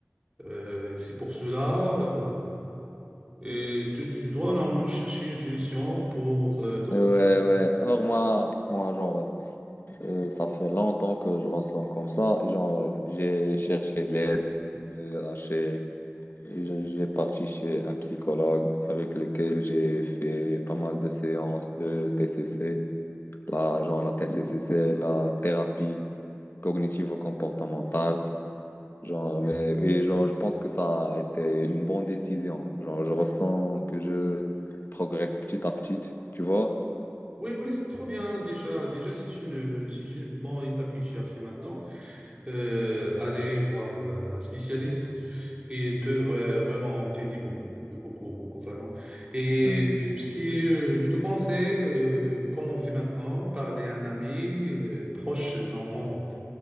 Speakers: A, on the right; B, on the left.
A: Euh, c'est pour cela, euh, et tu, tu dois normalement chercher une solution pour euh, dormir.
B: Ouais, ouais. Alors moi, moi genre, euh, ça fait longtemps que je ressens comme ça. Et genre, j'ai cherché de l'aide euh, à chez Et Je- J'ai parti chez un psychologue avec lequel j'ai fait pas mal de séances de TCC, la, genre la TCC, c'est la thérapie cognitivo-comportementale, genre, mais, et genre, je pense que ça a été une bonne décision. Genre, je ressens que je progresse petit à petit, tu vois?
A: Oui, oui, c'est trop bien. Déjà, déjà, si c'est une, si c'est une bonne étape que tu as fait maintenant. euh, aller voir euh, un spécialiste. Ils peuvent euh, vraiment t'aider beaucoup, beaucoup, beaucoup, vraiment. Et
B: Hmm.
A: aussi, euh, je te conseille, euh, comme on fait maintenant, parler à un ami euh, proche euh, normand.